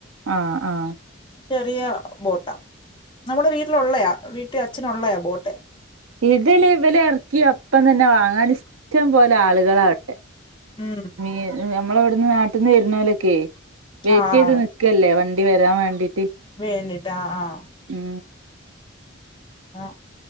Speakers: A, on the right; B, on the left.
A: ആഹ് ആഹ്
B: ചെറിയ ബോട്ടാ നമ്മുടെ വീട്ടിലുള്ളെയാ. വീട്ടിഅച്ഛനുള്ളയാ ബോട്ട്.
A: ഇതല് ഇവലർക്കിയ അപ്പം തന്നെ വാങ്ങാം ഇഷ്ടം പോലെ. ആളുകളാവട്ടെ
B: ഉം
A: മീ നമ്മളവിട്ന്ന് നാട്ട്ന്ന് വരുന്നോലൊക്കെ വെയ്റ്റെയ്ത്
B: ആഹ്
A: നിക്കല്ലേ വണ്ടി വരാൻ വേണ്ടീട്ട്.
B: വേണ്ടിട്ട് ആഹ് ആഹ്
A: ഉം
B: അഹ്.